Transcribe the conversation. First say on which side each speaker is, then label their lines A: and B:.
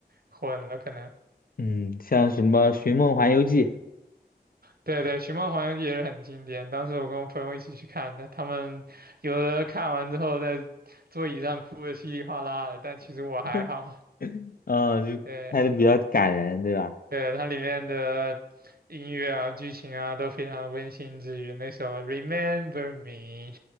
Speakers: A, on the right; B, on the left.
A: 混了，可能。
B: 嗯，像什么《寻梦环游记》
A: 对对，《寻梦环游记》也是很经典。当时我跟我朋友一起去看的，他们有的看完之后在座椅上哭的稀里哗啦的，但其实我还好。
B: <laughs>，嗯，就拍的比较感人，
A: 对
B: 对吧？
A: 对，它里面的音乐啊、剧情啊都非常的温馨治愈。那首《Remember Me》，